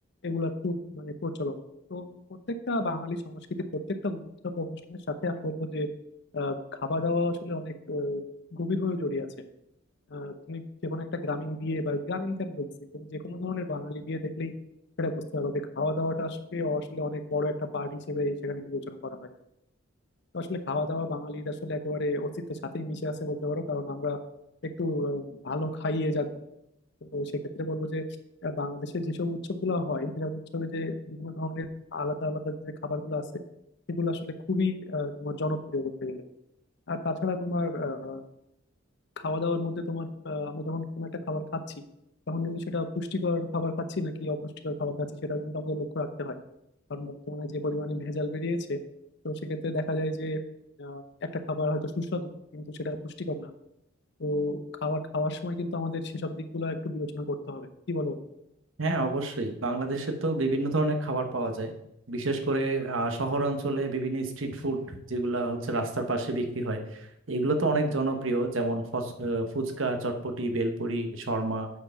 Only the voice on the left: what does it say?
এগুলা খুব মানে প্রচলন তো প্রত্যেকটা বাঙালি সংস্কৃতির প্রত্যেকটা উৎসব বা অনুষ্ঠানের সাথে আমি বলবো যে আহ, খাওয়া দাওয়া আসলে অনেক আহ, গভীরভাবে জড়িয়ে আছে আহ, তুমি যে কোনো একটা গ্রামীণ বিয়ে বা গ্রামীণ কেন বলছি তুমি যে কোনো ধরনের বাঙালি বিয়ে দেখলেই সেটা বুঝতে পারবে যে খাওয়া দাওয়াটা আসলে আসলে অনেক বড় একটা পার্ট হিসেবে সেখানে বিবেচনা করা হয় তো আসলে খাওয়া দাওয়া বাঙালির আসলে একেবারে অস্তিত্বের সাথেই মিশে আছে বলতে পারো কারণ আমরা একটু আহ, ভালো খাইয়ে জাতি তো সেক্ষেত্রে বলবো যে আহ, বাংলাদেশে যেসব উৎসবগুলো হয় সেসব উৎসবে যে বিভিন্ন ধরনের আলাদা আলাদা যে খাবারগুলো আছে সেগুলো আসলে খুবই আহ, তোমার জনপ্রিয় বলতে গেলে আর তাছাড়া তোমার আহ, খাওয়া দাওয়ার মধ্যে তোমার আহ, আমরা যখন কোনো একটা খাবার খাচ্ছি তখন কিন্তু সেটা পুষ্টিকর খাবার খাচ্ছি নাকি অপুষ্টিকর খাবার খাচ্ছি সেটাও কিন্তু আমাদের লক্ষ্য রাখতে হয় কারণ বর্তমানে যে পরিমাণে ভেজাল বেরিয়েছে তো সেক্ষেত্রে দেখা যায় যে আহ, একটা খাবার হয়তো সুস্বাদু কিন্তু সেটা পুষ্টিকর না তো খাবার খাওয়ার সময় কিন্তু আমাদের সেসব দিকগুলো একটু বিবেচনা করতে হবে কি বলো বন্ধু?